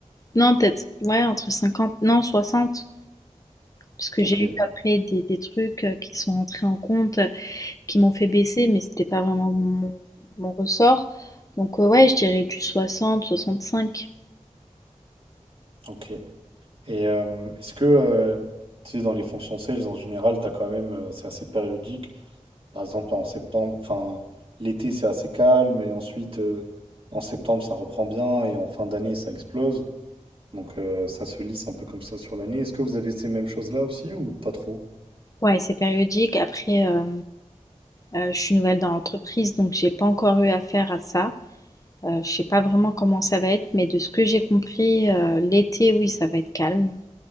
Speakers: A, on the left; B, on the right.
A: Non, peut-être, ouais, entre cinquante Non, soixante Parce que
B: Ok,
A: j'ai eu après des, des trucs euh, qui sont entrés en compte, euh, qui m'ont fait baisser, mais c'était pas vraiment mon, mon ressort. Donc euh, ouais, je dirais du soixante soixante cinq.
B: ok. Et euh, est-ce que, euh, tu sais, dans les fonctions sales en général, t'as quand même, euh, c'est assez périodique, Par exemple, en septembre, enfin, l'été, c'est assez calme, et ensuite, euh, en septembre, ça reprend bien, et en fin d'année, ça explose. Donc, euh, ça se lisse un peu comme ça sur l'année. Est-ce que vous avez ces mêmes choses-là aussi, ou pas trop?
A: Ouais, c'est périodique. Après, euh, euh, je suis nouvelle dans l'entreprise, donc j'ai pas encore eu affaire à ça. Euh, je sais pas vraiment comment ça va être, mais de ce que j'ai compris, euh, l'été, oui, ça va être calme.